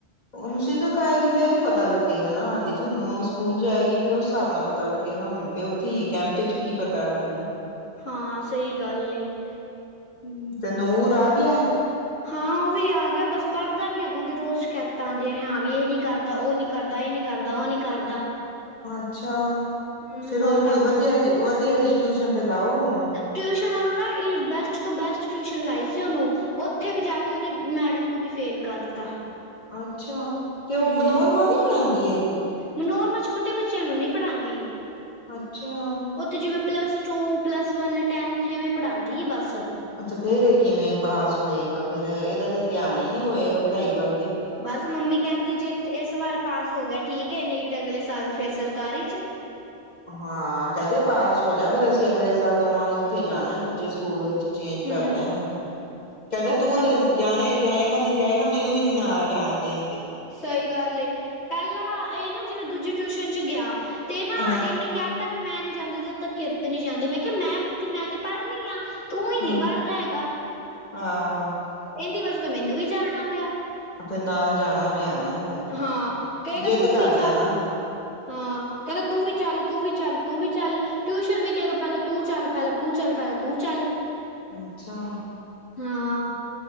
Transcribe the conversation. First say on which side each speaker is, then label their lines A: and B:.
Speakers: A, on the left; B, on the left.
A: ਹੁਣ ਸਕੂਲ ਤੱਕ ਆਏਗੀ ਫੇਰ ਹੀ ਪਤਾ ਲੱਗੇਗਾ ਨਾ ਹਾਲੀ ਤਾਂ ਉਹਨੂੰ ਸਕੂਲ ਜਾਏਗੀ ਫੇਰ ਉਸ ਹਿਸਾਬ ਨਾਲ ਪਤਾ ਲੱਗੇਗਾ ਹੁਣ ਤੇ ਉੱਥੇ ਹੀ ਕੈਂਪ ਚ ਕੀ ਪਤਾ ਲੱਗਣਾ।
B: ਹਾਂ ਸਹੀ ਗੱਲ ਏ ਹੂੰ।
A: ਤੇ ਨੂਰ ਆ ਗਿਆ।
B: ਹਾਂ ਉਹ ਵੀ ਆ ਗਿਆ ਬਸ ਪੜ੍ਹਦਾ ਨੀ ਹੈਗਾ ਉਹਦੀ ਰੋਜ਼ ਸ਼ਿਕਾਇਤਾਂ ਆਂਦੀਆਂ ਨੇ ਹਾਂ ਵੀ ਇਹ ਨੀ ਕਰਦਾ ਉਹ ਨੀ ਕਰਦਾ ਇਹ ਨੀ ਕਰਦਾ ਉਹ ਨੀ ਕਰਦਾ।
A: ਅੱਛਾ,
B: ਹੂੰ
A: ਫਿਰ
B: ਹੋਰ
A: ਉਹਨੂੰ ਕੋਈ
B: ਤਾਂ
A: ਵਧੀਆ ਜੀ-ਵਧੀਆ ਜੀ ਟਿਊਸ਼ਨ ਤੇ ਲਾਓ ਹੁਣ। ਉਹਨੂੰ
B: ਟਿਊਸ਼ਨ ਉਹਨੂੰ ਨਾ ਇਹ ਬੈਸ ਸਭ ਤੋਂ ਬੈਸਟ ਟਿਊਸ਼ਨ ਲਾਈ ਸੀ ਓਹਨੂੰ, ਉੱਥੇ ਵੀ ਜਾ ਕੇ ਉਹਨੇ ਮੈਡਮ ਨੂੰ ਵੀ ਫੇਲ ਕਰਤਾ।
A: ਅੱਛਾ, ਤੇ ਓ
B: ਹੂੰ
A: ਮਨੋਰਮਾ ਨੀ ਪੜਾਂਦੀ ਹੈਗੀ?
B: ਮਨੋਰਮਾ ਛੋਟੇ ਬੱਚਿਆਂ ਨੂੰ ਨੀਂ ਪੜ੍ਹਾਦੀ।
A: ਅੱਛਿਆ।
B: ਉਹ ਤੇ ਜਿਵੇਂ plus two, plus one, tenth ਇਵੇਂ ਪੜ੍ਹਾਂਦੀ ਏ ਬਸ।
A: ਅ ਤੇ ਫੇਰ ਇਹ ਕਿਵੇਂ ਪਾਸ ਹੋਏਗਾ ਫੇਰ ਇਹਦਾ ਤੇ ਧਿਆਨ ਈ ਨਹੀਂ ਹੋਏਗਾ ਪੜ੍ਹਾਈ ਵੱਲ ਤੇ।
B: ਬਸ ਮੰਮੀ ਕਹਿੰਦੀ ਜੇ ਇੱਥੇ ਇਸ ਵਾਰ ਪਾਸ ਹੋ ਗਿਆ ਠੀਕ ਐ ਨਹੀਂ ਤੇ ਅਗਲੇ ਸਾਲ ਫੇਰ ਸਰਕਾਰੀ ਚ।
A: ਹਾਂ, ਕਹਿ ਦੇ ਪਾਸ ਹੋ ਜਾ ਫੇਰ ਅਸੀਂ ਅਗਲੇ ਸਾਲ ਦੋਵਾਂ ਨੇ ਉੱਥੇ ਜਾਣਾ ਦੂਜੇ ਸਕੂਲ ਵਿੱਚ। ਚੇਂਜ
B: ਹੂੰ।
A: ਕਰ ਲੈਣਾ, ਕਹਿਦੇ
B: ਹੋਰ
A: ਤੂੰ
B: ਤਾਂ
A: ਤੇ ਜਾਣੇ ਜਾਏਗਾ ਨਈਂ ਜਾਏਗਾ ਮੈਨੂੰ ਵੀ ਨੀ ਨਾਲ ਜਾਣ ਦੇਣਗੇ।
B: ਸਹੀ ਗੱਲ ਏ, ਪਹਿਲਾਂ ਇਹ ਨਾ ਜਿਵੇਂ ਦੂਜੀ ਟਿਊਸ਼ਨ ਚ ਗਿਆ, ਤੇ ਨਾ
A: ਹਾਂ
B: ਇਹਨੇ ਕਹਿ ਤੇ ਵੀ ਮੈਂ ਨੀ ਜਾਂਦਾ ਜਦੋਂ ਤੱਕ ਕਿਰਤ ਨੀ ਜਾਂਦੀ ਮੈਂ ਕਿਹਾ ਮੈਂ, ਮੈਂ ਤੇ ਪੜ੍ਹ ਰਹੀ ਆ। ਤੂੰ ਈ
A: ਹਾਂ
B: ਨੀਂ ਪੜ੍ਹਦਾ ਹੈਗਾ।
A: ਹਾਂ।
B: ਇਹਦੀ ਵਜਾ ਤੋਂ ਮੈਨੂੰ ਵੀ ਜਾਣਾ ਪਿਆ।
A: ਅ ਫ਼ੇਰ ਨਾਲ ਜਾਣਾ ਪਿਆ ਨਾ। ਹੈਗਾ
B: ਹਾਂ, ਕਹੇਗਾ
A: ਜਿੱਦ
B: ਤੂੰ
A: ਕਰਦਾ
B: ਵੀ ਚੱਲ।
A: ਨਾ
B: ਹਾਂ, ਕਹਿੰਦਾ ਤੂੰ ਵੀ ਚੱਲ-ਤੂੰ ਵੀ ਚੱਲ-ਤੂੰ ਵੀ ਚੱਲ। ਟਿਊਸ਼ਨ ਵੀ ਕਹੇਗਾ ਪਹਿਲਾ ਤੂੰ ਚੱਲ ਪਹਿਲਾ ਤੂੰ ਚੱਲ ਪਹਿਲਾ ਤੂੰ ਚੱਲ।
A: ਅੱਛਾ।
B: ਹਾਂ।